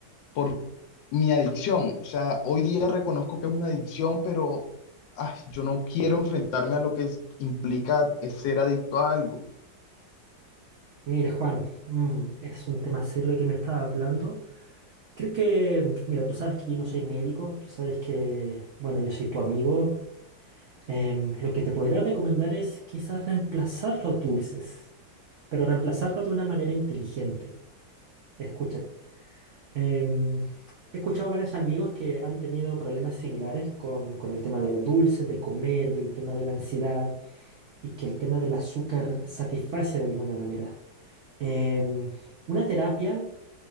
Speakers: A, on the left (about 85°); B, on the right (about 75°).
A: por mi adicción. O sea, hoy día reconozco que es una adicción, pero ay, yo no quiero enfrentarme a lo que es- implica es ser adicto a algo.
B: Mira, Juan, mm, es un tema serio el que me estás hablando. Creo que, mira, tú sabes que yo no soy médico, tú sabes que, bueno, yo soy tu amigo. Em, lo que te podría recomendar es quizás reemplazar los dulces, pero reemplazarlo de una manera inteligente. Escúchame. Em, he escuchado varios amigos que han tenido problemas similares con, con el tema de los dulces, de comer, del tema de la ansiedad y que el tema del azúcar satisface de alguna manera. Em, una terapia